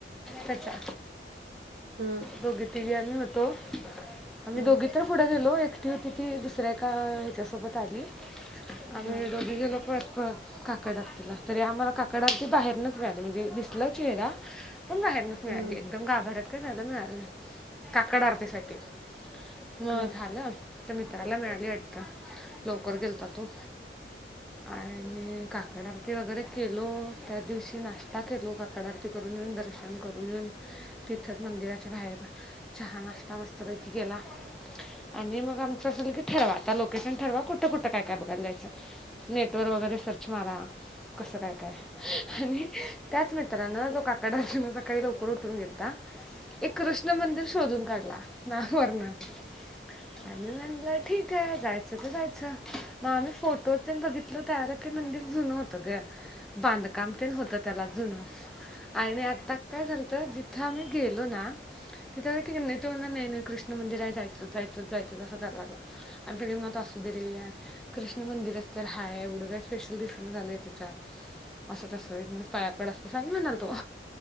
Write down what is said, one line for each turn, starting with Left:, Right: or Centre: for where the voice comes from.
Centre: त्याच्या
Right: ह ह
Centre: दूघी <unintelligible> तिघी आम्ही होतो. आम्ही
Right: ह ह
Centre: दोघी तर पुढं गेलो, एकटी होती ती दुसऱ्या एका ह्याच्यासोबत आली. आम्ही
Right: ह
Centre: दोगी गेलो पळत पळत. काकड आरतीला तरी आम्हाला काकड आरती बाहेरच मिळाली, म्हणजे दिसला चेहरा पण बाहेरनं. मिळाली
Right: ह ह ह
Centre: एकदम,
Right: ह ह ह ह ह ह ह ह
Centre: गाभऱ्याात काय मिळालं काकड आरतीसाठी. मग
Right: ह
Centre: झालं तर मित्राला मिळाल वाटतं. लवकर गेलता तो आणि काकड आरती. ते वगैरे केलो, त्या दिवशी नाश्ता केलो काकड आरती करून येऊन दर्शन करून येऊन. तिथंच मंदिराच्या बाहेर, चहा नास्ता मस्तपैकी केला. आणि मग आमचं असं की ठरवा, आता लोकेशन ठरवा कुठं कुठं काय काय बघायला जायचं. नेटवर वगैरे सर्च मारा, कसं काय काय. आणि त्याच मित्रानं, जो काकड आरती ला सकाळी लवकर उठून गेलता, एक कृष्ण मंदिर शोधून काढला, ना वण आणि म्हणलं ठीक काय, जायच त जायच. मग आम्ही फोटोज तेन बघितलं त्यावेळेला ते मंदिर जुन होतं ग, बांधकाम ते होतं त्याला जुनं, आणि आता काय झालतं जिथं आम्ही गेलो ना, तिथ ठीक नाही, तो म्हणाला नाही नाही कृष्ण मंदिर आहे जायचंच जायचंच जायचं असं कराय लागला. आम सगळी मत असू दे रे, कृष्ण मंदिरच तर हाय, एवढं काय स्पेशल दिसना झालय त्याच्यात. असं तसं ईतनच पाया पड असतस असं आम्ही म्हणालतो.